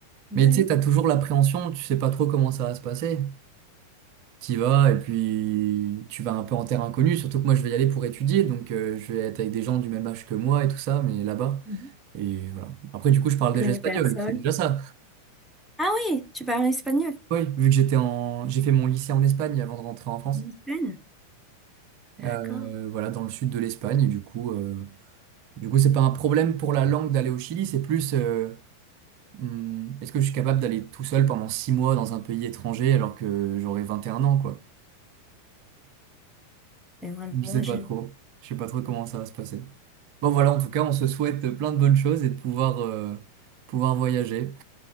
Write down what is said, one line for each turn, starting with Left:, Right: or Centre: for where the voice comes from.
Centre: vaya.
Right: Mais tu sais, t'as toujours l'appréhension, tu sais pas trop comment ça va se passer. T'y vas et puis tu vas un peu en terre inconnue, surtout que moi je vais y aller pour étudier, donc euh, je vais être avec des gens du même âge que moi et tout ça, mais là-bas.
Centre: Mhm.
Right: Et voilà. Après, du coup, je parle
Centre: Je
Right: déjà
Centre: connais
Right: espagnol,
Centre: personne.
Right: c'est déjà ça.
Centre: Ah oui, tu parles espagnol.
Right: Oui, vu que j'étais en... j'ai fait mon lycée en Espagne avant de rentrer en France.
Centre: En Espagne. D'accord.
Right: Euh, voilà, dans le sud de l'Espagne, et du coup, euh, du coup, c'est pas un problème pour la langue d'aller au Chili, c'est plus euh, hum, est-ce que je suis capable d'aller tout seul pendant six mois dans un pays étranger alors que j'aurai 21 ans, quoi.
Centre: Et vraiment,
Right: Je sais
Centre: je,
Right: pas trop. Je sais pas trop comment ça va se passer. Bon voilà, en tout cas, on se souhaite plein de bonnes choses et de pouvoir, euh, pouvoir voyager.